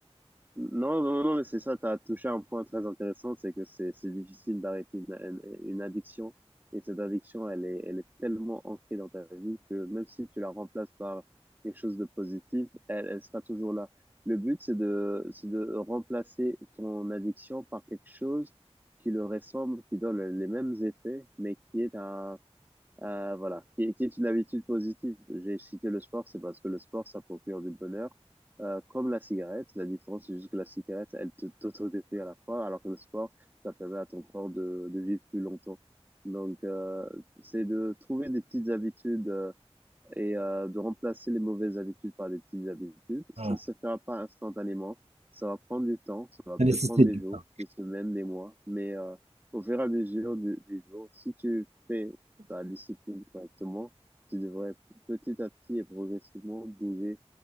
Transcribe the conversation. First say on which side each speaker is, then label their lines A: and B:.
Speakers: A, on the right; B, on the right.
A: Non, non, non, mais c'est ça, tu as touché un point très intéressant, c'est que c'est c'est difficile d'arrêter une, une, une addiction. Et cette addiction, elle est, elle est tellement ancrée dans ta vie que même si tu la remplaces par quelque chose de positif, elle, elle sera toujours là. Le but, c'est de, c'est de remplacer ton addiction par quelque chose qui le ressemble, qui donne les mêmes effets, mais qui est un, euh, voilà, qui, qui est une habitude positive. J'ai cité le sport, c'est parce que le sport, ça procure du bonheur, euh, comme la cigarette. La différence, c'est juste que la cigarette, elle te t'autodétruit à la fois, alors que le sport, ça permet à ton corps de, de vivre plus longtemps. Donc, euh, c'est de trouver des petites habitudes. euh, et euh, de remplacer les mauvaises habitudes par des petites habitudes. Ça
B: Ouais.
A: ne se fera pas instantanément. Ça va prendre du temps. Ça va
B: Ça
A: peut-être
B: nécessite
A: prendre des
B: du
A: jours,
B: temps.
A: des semaines, des mois. Mais euh, au fur et à mesure du- des jours, si tu fais ta discipline correctement, tu devrais petit à petit et progressivement bouger